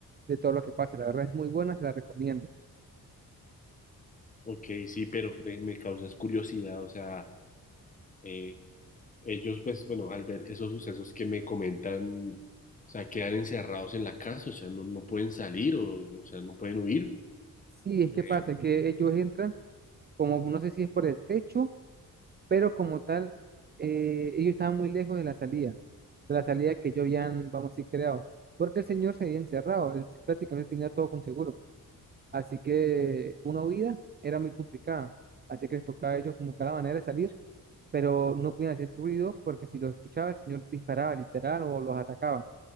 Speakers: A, on the right (about 30°); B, on the left (about 20°).
A: de todo lo que pasa. La verdad es muy buena, se la recomiendo.
B: ok, sí, pero me, me causas curiosidad, o sea, eh, ellos, pues, bueno, al ver esos sucesos que me comentan, o sea, quedan encerrados en la casa, o sea, no, no pueden salir, o, o sea, no pueden huir.
A: Sí, es
B: Eh,
A: que pasa que ellos entran. como no sé si es por el techo, pero como tal, eh, ellos estaban muy lejos de la salida, de la salida que yo habían, vamos a decir, creado, porque el señor se había encerrado, él prácticamente tenía todo con seguro, así que una huida era muy complicada, así que les tocaba a ellos como que la manera de salir, pero no podían hacer ruido porque si lo escuchaba el señor disparaba literal o los atacaba,